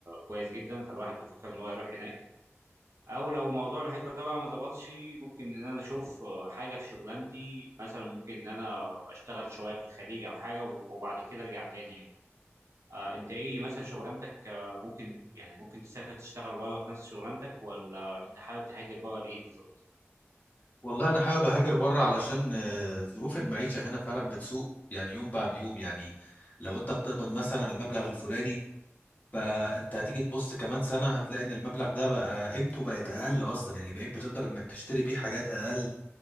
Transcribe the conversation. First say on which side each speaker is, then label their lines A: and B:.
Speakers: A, on the right; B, on the left.
A: كويس جدا فالواحد بيفكر إن هو يروح هناك أو لو موضوع الهجرة ده بقى ما ظبطش ممكن إن أنا أشوف حاجة في شغلانتي مثلا ممكن إن أنا أشتغل شوية في الخليج أو حاجة وب- وبعد كده أرجع تاني يعني آه أنت إيه مثلا شغلانتك آه ممكن يعني ممكن تسافر تشتغل بره في نفس شغلانتك ولا أنت حابب تهاجر بره لإيه بالظبط؟
B: والله أنا حابب أهاجر بره علشان آه، ظروف المعيشة هنا فعلا بتسوء يعني يوم بعد يوم يعني لو أنت بتقبض مثلا المبلغ الفلاني فأنت هتيجي تبص كمان سنة هتلاقي إن المبلغ ده بقى قيمته بقت أقل أصلا يعني بقيت بتقدر إنك تشتري بيه حاجات أقل